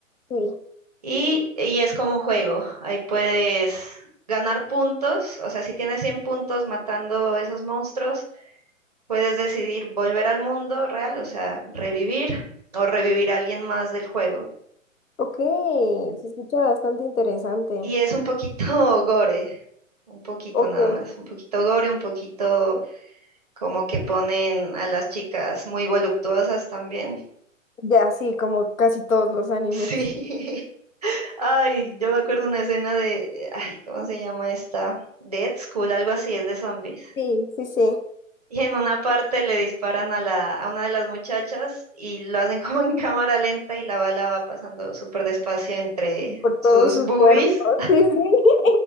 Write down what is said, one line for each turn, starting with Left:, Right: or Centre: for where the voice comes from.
Left: Sí.
Right: y, y es como un juego, ahí puedes ganar puntos, o sea, si tienes 100 puntos matando esos monstruos, puedes decidir volver al mundo real, o sea, revivir o revivir a alguien más del juego.
Left: Ok, se escucha bastante interesante.
Right: Y es un poquito <laughs> gore, un poquito
Left: Ok,
Right: nada más, un poquito gore, un poquito como que ponen a las chicas muy voluptuosas también. <laughs>
Left: ya sí, como casi todos los animes.
Right: Sí. Ay, yo me acuerdo una escena de, ay, ¿cómo se llama esta? Dead School, algo así, es de zombies.
Left: Sí, sí, sí.
Right: Y en una parte le disparan a la, a una de las muchachas y lo hacen <laughs> como en cámara lenta y la bala va pasando súper despacio entre
Left: por todo
Right: sus
Left: su
Right: boobies,
Left: cuerpo. <laughs> Sí, sí.